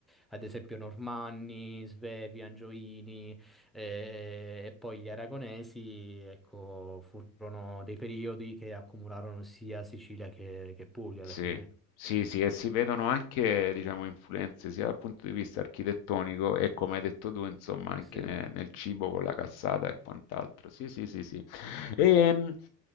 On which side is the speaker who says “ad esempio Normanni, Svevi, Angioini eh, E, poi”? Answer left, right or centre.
Centre